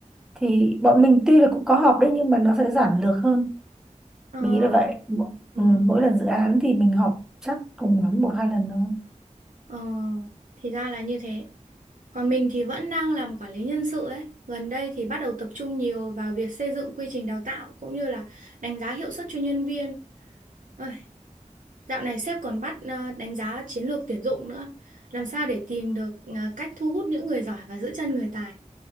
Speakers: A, in the centre; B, on the right.
A: thì bọn mình tuy là cũng có họp đấy nhưng mà nó sẽ giản lược hơn
B: Ờ.
A: mình nghĩ là vậy mỗi,
B: Ừ.
A: ừ, mỗi lần dự án thì mình họp chắc cùng lắm một hai lần thôi
B: Ờ. Thì ra là như thế. Còn mình thì vẫn đang làm quản lý nhân sự ấy. Gần đây thì bắt đầu tập trung nhiều vào việc xây dựng quy trình đào tạo cũng như là đánh giá hiệu suất cho nhân viên. Ôi, Dạo này sếp còn bắt ờ, đánh giá chiến lược tuyển dụng nữa. Làm sao để tìm được ờ, cách thu hút những người giỏi và giữ chân người tài?